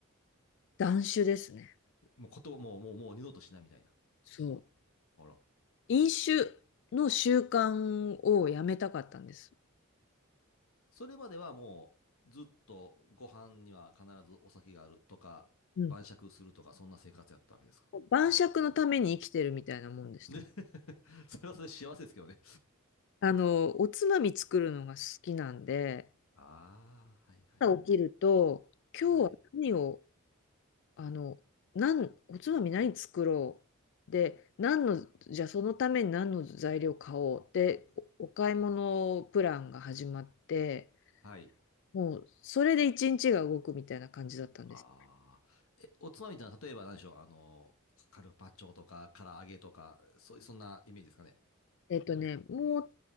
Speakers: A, on the left; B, on the left.
A: 断酒ですね。
B: もうこともう、もう、もう二度としないみたいな。
A: そう。
B: あら。
A: 飲酒の習慣をやめたかったんです。
B: それまではもう、ずっとご飯には必ずお酒があるとか、
A: うん。
B: 晩酌するとか、そんな生活やったわけですか。
A: 晩酌のために生きてるみたいなもんでしたね。
B: で、<laughs> それはそれで幸せですけどね。
A: あの、おつまみ作るのが好きなんで、
B: ああ、はいはいはい。
A: 朝起きると、今日は何を、
B: はい。
A: あの、なんおつまみ何作ろう。で、何の、じゃあそのために何の材料買おう。で、おお買い物プランが始まって、
B: はい。
A: もうそれで一日が動くみたいな感じだったんです。
B: ああ。え、おつまみってのは、例えば何でしょう、あの、カルパッチョとか、唐揚げとか、そういう、そんなイメージですかね。
A: えっとね、もう